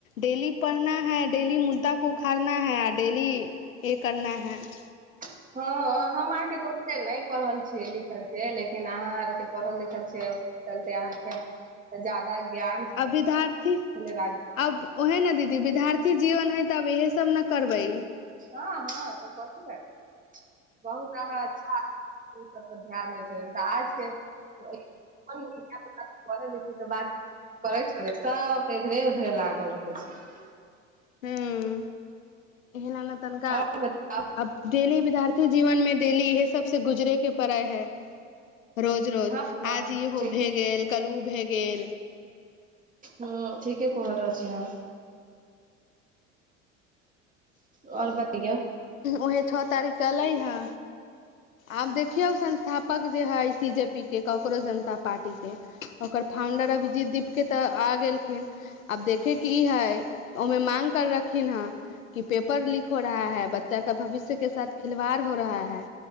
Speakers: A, on the left (about 80°); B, on the right (about 20°).
A: डेली पढ़ना है डेली मुद्दा को उखड़ना है <inaudible> डेली ये करना हैं <inaudible>
B: हँ, हम आरके तऽ ओतेक नहि पढ़ल छियै, लिखल छियै, लेकिन अहाँ आरके पढ़ल लिखल छियै। कहलके अहाँके ज्यादा ज्ञान
A: आ विद्यार्थी
B: छलै राज
A: अब ओहे न दीदी, विद्यार्थी जीवन है तऽ अब इहे सब न करबै।
B: हँ- हँ तऽ कथि ले, बहुत अहाँ अच्छा ओ सब पर ध्यान दै छथिन, तऽ आजके <unintelligible> पढ़े लिखे के बात करै छलै, सब तऽ इधरे -उधरे लागल रहल छै।
A: हूँ, एन ने तनका
B: आओर
A: अब डेली विद्यार्थी जीवन में, डेली इहे सबसे गुजरे के पड़ै है, रोज रोज,
B: हँ हँ
A: आज इ
B: ठीके
A: भए गेल, कल उ भए गेल।
B: ह ठीके कह रहल अछी अहां! आओर बतियो?
A: उहे छओ तारीख के अलै हे। आब देखियौ संस्थापक जे हइ, सी जे पी के ककरो जनता पार्टीके। ओकर फाउंडर अभिजीत दीपके तऽ आ गेलखिन। आब देखेके ई है, ओमे मांग करलखिन ह, कि पेपर लीक हो रहा है। बच्चा का भविष्य के साथ खिलवाड़ हो रहा है,